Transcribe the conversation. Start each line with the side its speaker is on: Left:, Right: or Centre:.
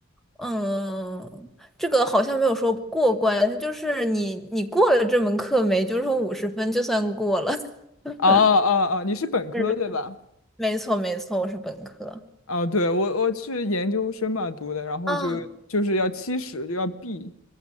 Centre: 嗯，这个好像没有说过关，它就是你你过了这门课没，就是说五十分就算过了。<laughs>
Left: 哦哦哦，你是本科对吧？
Centre: 是没错没错，我是本科。
Left: 哦，对，我我是研究生嘛读的，然后就就是要七十就要
Centre: 嗯，
Left: B。